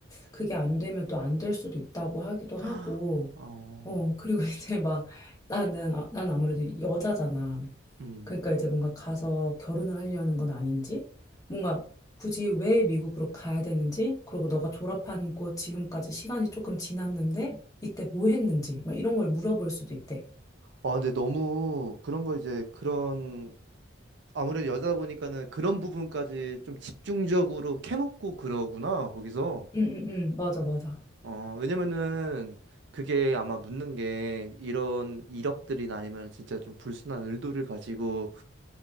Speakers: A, on the left; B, on the right.
A: 그게 안 되면 또 안 될 수도 있다고 하기도
B: <gasps>
A: 하고.
B: 어,
A: 어, 그리고 <laughs> 이제 막 나는 아, 난 아무래도 여자잖아.
B: 음.
A: 그러니까 이제 뭔가 가서 결혼을 하려는 건 아닌지, 뭔가 굳이 왜 미국으로 가야 되는지, 그리고 너가 졸업한 곳 지금까지 시간이 조금 지났는데, 이때 뭐 했는지, 막 이런 걸 물어볼 수도 있대.
B: 아, 근데 너무 그런 걸 이제 그런 아무래도 여자다 보니까는 그런 부분까지 좀 집중적으로 캐먹고 그러구나, 거기서.
A: 응, 응, 응, 맞아, 맞아.
B: 어, 왜냐면은 그게 아마 묻는 게 이런 이력들이나 아니면 진짜 좀 불순한 의도를 가지고